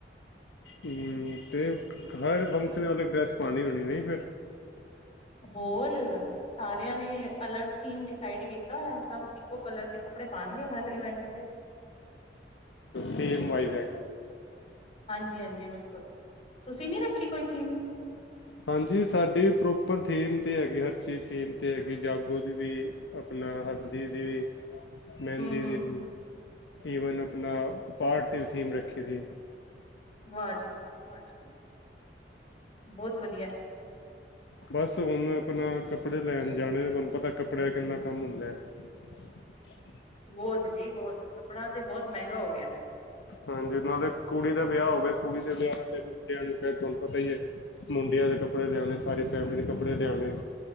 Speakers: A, on the left (about 80°); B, on the left (about 40°).
A: ਹਮ ਤੇ ਹਰ ਫੰਕਸ਼ਨ ਮਤਲਬ ਡਰੈਸ ਪਾਉਣੀ ਹੋਣੀ ਨਹੀਂ ਫਿਰ
B: ਹੋਰ ਸਾਰਿਆਂ ਨੇ ਕਲਰ ਥੀਮ ਡਿਸਾਈਡ ਕੀਤਾ ਸਭ ਇੱਕੋ ਕਲਰ ਦੇ ਕੱਪੜੇ ਪਾਉਣਗੇ ਹਰ ਇਵੈਂਟ ਤੇ
A: ਥਮ ਵਾਈਗਾ
B: ਹਾਂਜੀ ਹਾਂਜੀ ਬਿਲਕੁਲ ਤੁਸੀਂ ਨੀ ਰੱਖੀ ਕੋਈ ਥੀਮ
A: ਹਾਂਜੀ ਸਾਡੀ ਪ੍ਰੋਪਰ ਥੀਮ ਤੇ ਹੈਗੀ ਹਰ ਚੀਜ਼ ਥੀਮ ਤੇ ਹੈਗੀ ਜਾਗੋ ਦੀ ਵੀ ਆਪਣਾ ਹਲਦੀ ਦੀ ਵੀ ਮਹਿੰਦੀ
B: ਹੂੰ-ਹੂੰ,
A: ਦੀ ਵੀ ਈਵਨ ਆਪਣਾ ਪਾਰਟ ਦੀ ਵੀ ਥੀਮ ਰੱਖੀ ਦੀ ਏ
B: ਵਾ ਜੀ ਵਾ ਵਾਜ ਬਹੁਤ ਵਧੀਐ
A: ਬਸ ਹੁਣ ਆਪਣਾ ਕੱਪੜੇ ਲੈਣ ਜਾਣੇ ਤੁਹਾਨੂੰ ਪਤਾ ਕੱਪੜਿਆਂ ਕਿੰਨਾ ਕੰਮ ਹੁੰਦਾ ਹੈ <unintelligible>
B: ਬਹੁਤ ਜੀ ਬਹੁਤ, ਕੱਪੜਾ ਤੇ ਬਹੁਤ ਮਹਿੰਗਾ ਹੋ ਗਿਆ
A: ਹਾਂਜੀਨਾਂ ਦੇ ਕੁੜੀ ਦਾ ਵਿਆਹ ਹੋਵੇ ਕੁੜੀ ਦੇ ਵਿਆਹ ਤੇ ਮੁੰਡਿਆਂ ਨੂੰ ਫੇਰ ਤੁਹਾਨੂੰ ਪਤਾ ਹੀ ਹੈ ਮੁੰਡੇ ਦੇ ਕੱਪੜੇ ਲਿਆਣੇ ਸਾਰੀ ਫੈਮਿਲੀ ਦੇ ਕੱਪੜੇ ਲਿਆਣੇ